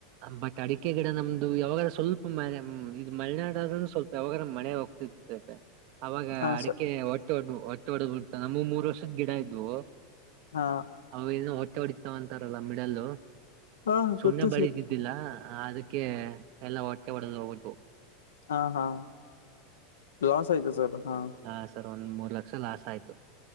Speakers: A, on the right; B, on the left.
A: ಬಟ್ ಅಡಿಕೆ ಗಿಡ ನಮ್ದು ಯಾವಾಗ ಸ್ವಲ್ಪ ಮ ಇದು ಮಲೆನಾಡ ಆದ್ರ ಸ್ವಲ್ಪ ಯಾವಾಗ ಮಳೆ ಹೋಗ್ತಿತತೆ ಅವಾಗ
B: ಹಾ
A: ಅಡಿಕೆ
B: ಸರ್
A: ಒಟ್ಟ ಒಟ್ಟ ಒಟ್ಟೊಡ್ದಬಿಡ್ತಾವ ನಮುವ ಮೂರ್ ವರ್ಷದ್ ಗಿಡ ಇದ್ದುವು.
B: ಹಾ,
A: ಅವ ಎನೊ ಹೊಟ್ಟೆ ಹೊಡತಾವಂತಾರಲ್ಲ ಮಿಡಲ್ಲು
B: ಹಾ
A: ಸುಣ್ನೆ
B: ಗೊತ್ತು
A: ಬಳಿದಿದ್ದ
B: ಸರ್
A: ದಿಲ್ಲ ಅದಕ್ಕೆ ಎಲ್ಲ ಹೊಟ್ಟೆ ಹೊಡೆದು ಹೋಗ್ಬಿಟ್ಟವು.
B: ಹಾ, ಹಾ ಲಾಸ್ ಆಯ್ತು ಸರ್ ಹಾ
A: ಹಾ ಸರ್ ಒಂದ್ ಮೂರ್ ಲಕ್ಷ ಲಾಸ್ ಆಯ್ತು.